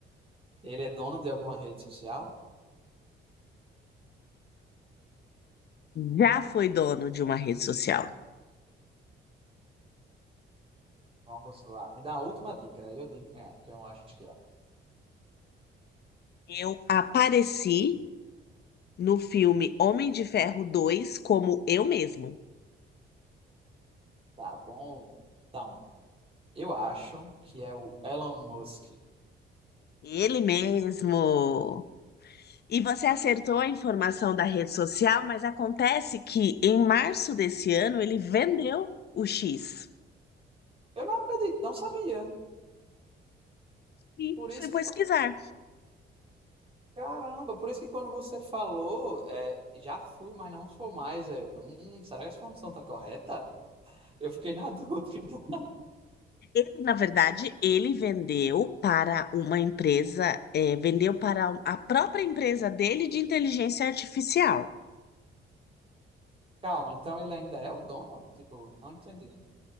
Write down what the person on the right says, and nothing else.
ele é dono de alguma rede social?
Vamos lá. Me dá a última dica, aí eu digo quem é, quem eu acho que é.
Tá bom. Então, eu acho que é o Elon Musk.
Eu não acredito, não sabia.
Por
isso
que, caramba, por isso que quando você falou, é, já fui, mas não sou mais. Eu, hum, será que essa informação tá correta? Eu fiquei na <laughs> dúvida.
Calma, então ele ainda é o dono? Tipo, não entendi.